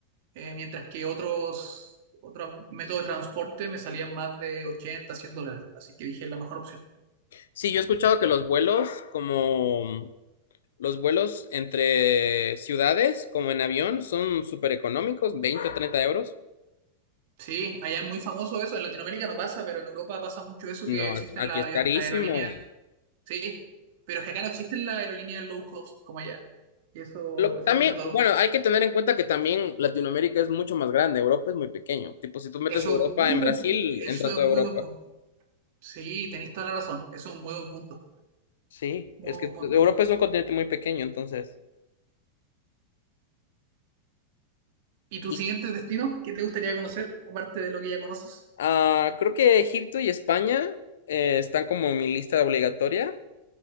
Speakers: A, on the right; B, on the left.
A: eh, mientras que otros, otros métodos de transporte me salían más de 80, 100 dólares. Así que dije, es la mejor opción.
B: Sí, yo he escuchado que los vuelos como... Los vuelos entre ciudades, como en avión, son súper económicos, 20 o 30 euros.
A: Sí, allá es muy famoso eso, en Latinoamérica no pasa, pero en Europa pasa mucho eso
B: No,
A: que existen
B: aquí aquí
A: las
B: es
A: avion-
B: carísimo.
A: las aerolíneas, sí, pero es que acá no existen las aerolíneas low cost como allá. Y eso,
B: Lo,
A: eso
B: también,
A: cambia todo el juego.
B: bueno, hay que tener en cuenta que también Latinoamérica es mucho más grande, Europa es muy pequeño. Tipo, si tú metes
A: Eso
B: Europa
A: es un muy
B: en
A: buen,
B: Brasil,
A: pu- eso
B: entra
A: es
B: toda
A: un
B: Europa.
A: muy buen punto. Sí, tenéis toda la razón, eso es un muy buen punto,
B: Sí,
A: muy
B: Es que
A: buen punto.
B: Europa es un continente muy pequeño, entonces.
A: ¿Y tu
B: Y
A: siguiente destino? ¿Qué te gustaría conocer, aparte de lo que ya conoces?
B: ah, creo que Egipto y España eh, están como en mi lista obligatoria.